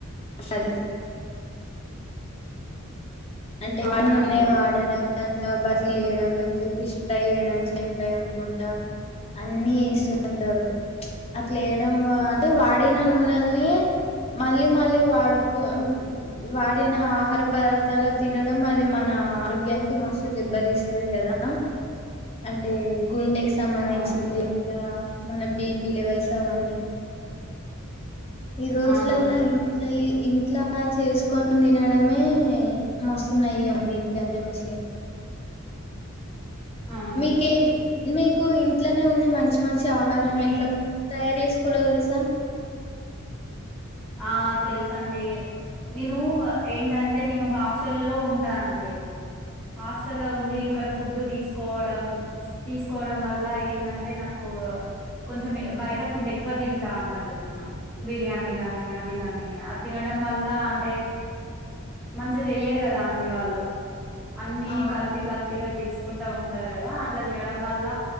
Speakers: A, on the left; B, in the centre.
A: <unintelligible> అంటే
B: అవునండి
A: వన్ నూనె వాడడం దా. ఇట్లా బజ్జీలు వేయడం లేకపోతే ఫిష్ ఫ్రై వేయడం చికెన్ ఫ్రై అనుకుంటా. అన్ని వేస్తూ ఉంటారు. అట్లా వేయడం అంటే వాడిన నూనెల్ని. మళ్ళీ మళ్ళీ వాడుకు వాడిన. ఆహార పదార్థాలు తినడం అది మన ఆరోగ్యానికి మస్తు దెబ్బతీస్తది కదా. అంటే గుండెకి సంబంధించింది
B: అవునండి
A: ఇంకా మన బీపి లెవెల్స్ అవన్నీ ఈ రోజులలా
B: అవునండి
A: ఇంట్ల ఇంట్లా చేసుకొని తినడమే మస్తు నయం అన్నిటికంటే మించి
B: అవును
A: మీకేం మీకు ఇంట్లోనే ఉండి మంచి మంచి ఆహారం
B: నీ
A: ఎట్లా తయారు చేసుకోలో తెలుసా
B: ఆ తెలుసండి నేను ఏంటంటే నేను హాస్టల్ లో ఉంటానండి హాస్టల్ లో ఉండి ఇక్కడ ఫుడ్డు తీసుకోవడం తీసుకోవడం వల్ల ఏంటంటే నాకు కొంచెం బయట ఫుడ్ ఎక్కువ తింటా అన్నట్ నేను బిర్యానీ గాని అది కాగాని అది తినడం వల్ల అంటే మంచిగా బా చెయ్యరు కదా అండి వాళ్ళు అన్ని
A: ఆ
B: కల్తీ కల్తీగా చేస్కుంటా ఉంటారు కదా అట్లా తినడం వల్ల